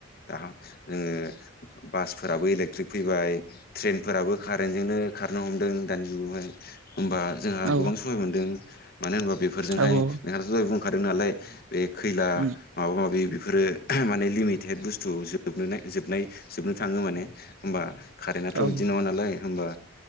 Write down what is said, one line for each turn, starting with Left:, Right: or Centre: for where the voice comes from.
Left: दा ओ जोङो बासफोराबो इलेक्ट्रिक फैबाय ट्रेनफोराबो कारेन्टजोंनो खारनो हमदों दानि जुगावहाय। होमबा जोंहा
Right: औ
Left: गोबां सहाय मोनदों मानो होनबा बेफोरजोंहाय
Right: औ
Left: नोंहाथ' दहाय बुंखादों नालाय। बे खैला
Right: उम
Left: माबा माबि बेफोरो माने लिमिटेद बुस्थु जोबनो जोबनाय जोबनो थाङो माने होमबा कारेन्टआथ'
Right: औ
Left: बिदि नङा नालाय होमबा